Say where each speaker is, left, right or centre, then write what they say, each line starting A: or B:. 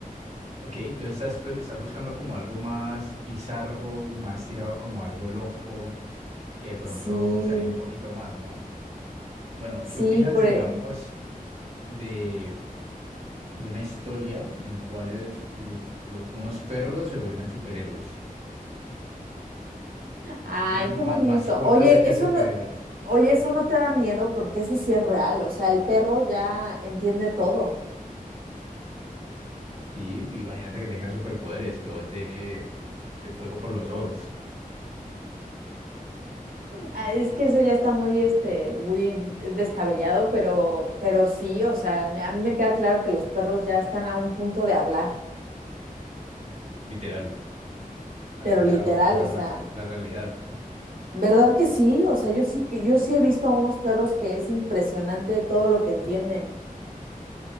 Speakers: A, on the right; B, on the right.
A: Ok, entonces estás, pues, estás buscando como algo más bizarro, más tirado como algo loco, que de pronto
B: Sí,
A: se aleja un poquito más, ¿no? Bueno,
B: Sí,
A: ¿qué opinas,
B: por...
A: digamos,
B: e-
A: de, de una historia en cuales u- lo- unos perros se vuelven superhéroes?
B: Ay,
A: Unas
B: qué bonito.
A: ma- mascotas
B: Oye,
A: hechas
B: eso
A: superhéroes.
B: no, oye, eso no te da miedo porque eso sí es real. O sea, el perro ya entiende todo.
A: Sí, imagínate que tengas superpoderes, que bote eh, fuego por los ojos,
B: Ah, Es que eso ya está muy, este, muy descabellado, pero, pero sí, o sea, me- a mí me queda claro que los perros ya están a un punto de hablar,
A: literal. A
B: pero
A: Eso
B: literal,
A: ya va a pasar
B: o sea,
A: la, la realidad.
B: ¿verdad que sí? O sea, yo sí que, yo sí he visto a unos perros que es impresionante todo lo que entienden.